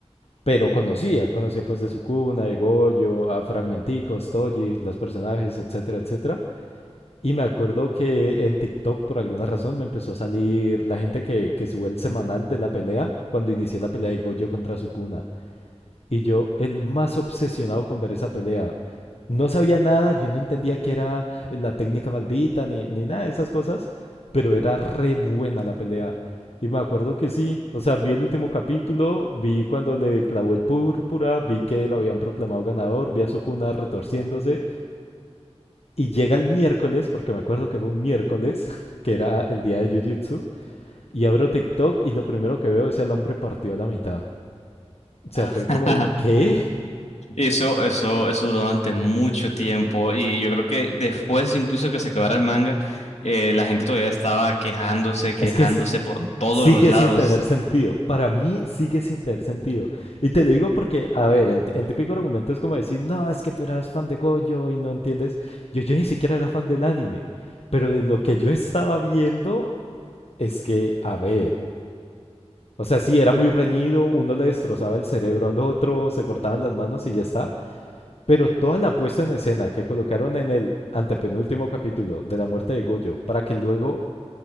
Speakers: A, on the left; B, on the left.
A: pero conocía, conocía pues de Sukuna, de Gojo, a Fragmenticos, Toji, los personajes, etcétera, etcétera. Y me acuerdo que en TikTok por alguna razón me empezó a salir la gente que, que sube el semanal de la pelea cuando inicié la pelea de Gojo contra Sukuna. Y yo el más obsesionado con ver esa pelea. No sabía nada, yo no entendía qué era la técnica maldita ni, ni nada de esas cosas, pero era re buena la pelea. Y me acuerdo que sí, o sea, vi el último capítulo, vi cuando le clavó el púrpura, vi que lo habían proclamado ganador, vi a Sukuna retorciéndose y llega el miércoles, porque me acuerdo que fue un miércoles, <laughs> que era el día de Jujutsu, y abro TikTok y lo primero que veo es el hombre partido a la mitad. O sea,
B: Ah,
A: fue
B: <laughs>
A: como, ¿qué?
B: y eso, eso, eso duró durante mucho tiempo y yo creo que después incluso que se acabara el manga, eh, la gente todavía estaba quejándose, quejándose
A: Es que es-
B: por todos
A: sigue
B: los lados.
A: sin tener sentido. Para mí sigue sin tener sentido. Y te lo digo porque, a ver, el, el típico argumento es como decir, no, es que tú eras fan de Gojo y no entiendes. Yo, yo ni siquiera era fan del anime. Pero de lo que yo estaba viendo es que, a ver, O sea, sí, era muy reñido, uno le destrozaba el cerebro al otro, se cortaban las manos y ya está. Pero toda la puesta en escena que colocaron en el antepenúltimo capítulo de la muerte de Goyo, para que luego...